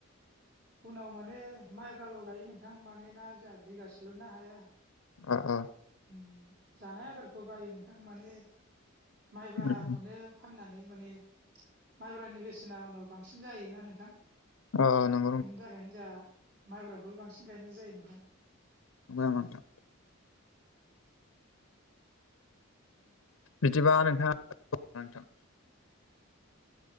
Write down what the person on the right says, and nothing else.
उनाव माने माइब्राल' गायो नोंथां माने ना जाहा बिगासेल' ना हाया।
उम जानाय आदारखौ बायो नोंथां माने माइब्राखौनो
फाननानै माने माइब्रानि बेसेना उनाव बांसिन जायोना नोंथां।
बिनि थाखायनो जोंहा माइब्राखौल' बांसिन गायनाय जायो नोंथां।